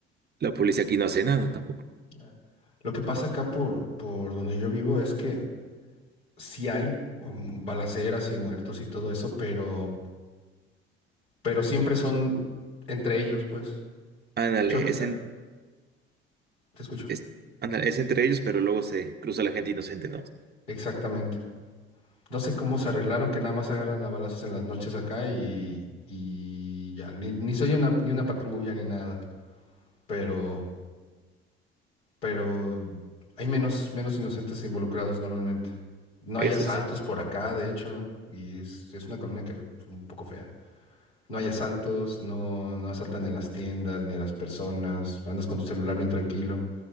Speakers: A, on the right (about 30°); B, on the left (about 85°).
A: la policía aquí no hace nada tampoco.
B: Ya. Lo que pasa acá por, por donde yo vivo es que sí hay um, balaceras y muertos y todo eso, pero, pero siempre son entre ellos, pues.
A: Ándale,
B: De hecho,
A: es
B: eh,
A: en,
B: te escucho.
A: es, ándale, es entre ellos, pero luego se cruza la gente inocente, ¿no?
B: Exactamente. No sé cómo se arreglaron que nada más agarran a balazos en las noches acá y, y ya, ni, ni soy una, ni una patrulla ni nada, pero, pero hay menos, menos inocentes involucrados normalmente. No
A: Eso
B: hay asaltos
A: sí. <laughs>
B: por acá, de hecho, y es, es una colonia que es un poco fea. No hay asaltos, no, no asaltan en las tiendas ni a las personas, andas con tu celular bien tranquilo,